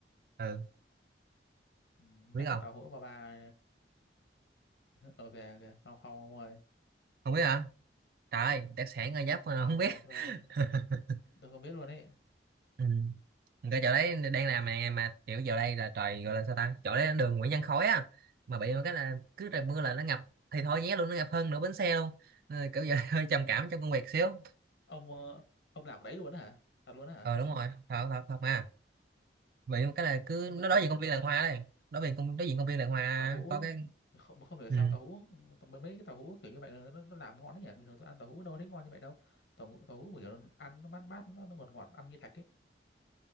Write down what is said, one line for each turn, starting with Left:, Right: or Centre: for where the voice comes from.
Right: Ừ,
Left: Ừ, nhắc
Right: biết không?
Left: cái tàu hũ ba ba <laughs> ok ok không không ông ơi
Right: Không biết hả? Trời, ơi, đặc sản Gò Giáp mà
Left: không
Right: không biết.
Left: không tôi không biết
Right: <laughs>
Left: tôi không biết luôn ấy
Right: Ừ. Cái chỗ đấy đang làm mà mà kiểu giờ đây là trời gọi là sao ta chỗ đấy là đường Nguyễn Văn Khối á mà bị một cái là cứ trời mưa là nó ngập thì thôi nhé luôn nó ngập hơn nửa bến xe luôn Ờ, kiểu giờ <laughs> hơi trầm cảm trong công việc xíu
Left: ông ờ, ông làm ở đấy luôn á hả thật luôn á hả
Right: ờ đúng rồi thật thật thật mà bị một cái là cứ
Left: nhưng
Right: nó
Left: mà
Right: đối
Left: tàu
Right: diện
Left: hũ
Right: công viên
Left: tàu,
Right: làng hoa đây đối diện công đối diện công viên làng hoa
Left: tàu hũ
Right: có cái
Left: mà không mà không hiểu
Right: ừ.
Left: sao tàu hũ tàu- mấy mấy cái tàu hũ kiểu như vậy là nó, nó làm ngon đấy nhỉ bình thường tôi ăn tàu hũ đâu có thấy ngon như vậy đâu tàu hũ- tàu hũ kiểu nó ăn nó mát mát nó, nó ngọt ngọt ăn như thạch ấy